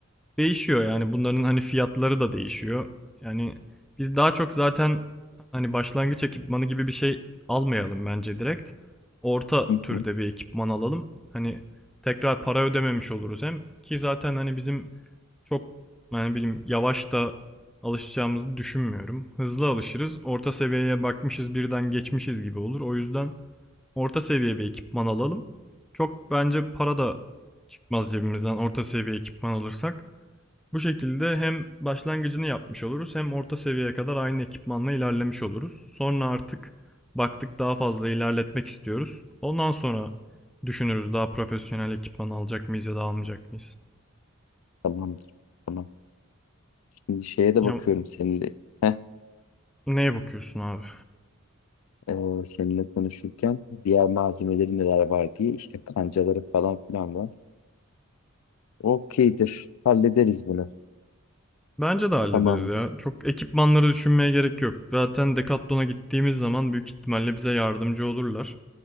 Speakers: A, in the centre; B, on the left (about 75°).
A: değişiyor yani bunların hani fiyatları da değişiyor. Yani biz daha çok zaten hani başlangıç ekipmanı gibi bir şey almayalım bence direkt. Orta
B: Hı
A: türde
B: hı.
A: bir ekipman alalım. Hani tekrar para ödememiş oluruz hem ki zaten hani bizim çok yani bilim yavaş da alışacağımızı düşünmüyorum. Hızlı alışırız. Orta seviyeye bakmışız birden geçmişiz gibi olur. O yüzden orta seviye bir ekipman alalım. Çok bence para da çıkmaz cebimizden orta seviye ekipman alırsak. Bu şekilde hem başlangıcını yapmış oluruz hem orta seviyeye kadar aynı ekipmanla ilerlemiş oluruz. Sonra artık baktık daha fazla ilerletmek istiyoruz. Ondan sonra düşünürüz daha profesyonel ekipman alacak mıyız ya da almayacak mıyız.
B: Tamamdır. Tamam. Şimdi şeye de
A: Ya
B: bakıyorum seninle. Heh,
A: neye bakıyorsun abi?
B: e, seninle konuşurken diğer malzemeleri neler var diye işte kancaları falan filan var. Okeydir. Hallederiz bunu.
A: Bence de hallederiz
B: Tamamdır.
A: ya. Çok ekipmanları düşünmeye gerek yok. Zaten Decathlon'a gittiğimiz zaman büyük ihtimalle bize yardımcı olurlar.